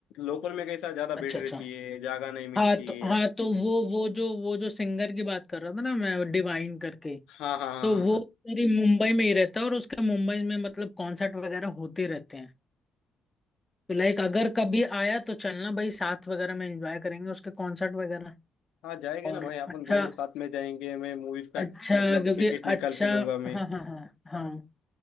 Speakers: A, on the left; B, on the left.
A: लोकल में कैसा ज्यादा भीड़
B: अच्छा
A: रहती
B: अच्छा
A: है जगह नहीं मिलती
B: हाँ तो
A: है
B: हाँ तो वो वो जो वो जो सिंगर की बात कर रहा था ना मैं डिवाइन करके
A: हाँ हाँ हाँ
B: तो
A: हाँ
B: वो
A: हाँ
B: मेरी मुंबई में ही रहता है और उसके मुंबई में मतलब कॉन्सर्ट वगैरह होते रहते हैं तो लाइक अगर कभी आया तो चलना भाई साथ वगैरह में एंजॉय करेंगे उसके कॉन्सर्ट वगैरह
A: हाँ जाएंगे
B: और
A: ना भाई अपन
B: अच्छा
A: दोनों साथ में जाएंगे मैं मूवीज का
B: अच्छा
A: मतलब
B: क्योंकि
A: टिकट
B: अच्छा
A: निकाल के लूंगा मैं
B: हाँ हाँ हाँ हाँ